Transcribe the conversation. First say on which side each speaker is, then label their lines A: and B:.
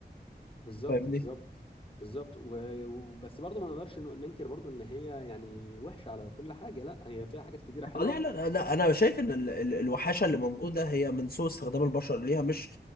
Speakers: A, on the left; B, on the left.
A: بالظبط
B: فاهمني
A: بالظبط بالظبط و- وبس برضه ما نقدرش ننكر برضه ان هي يعني وحشه على كل حاجه لا هي فيها حاجات كتيره حلوه
B: آه، لا لا لا انا شايف ان ال- ال- الوحاشه اللي موجوده هي من سوء استخدام البشر ليها مش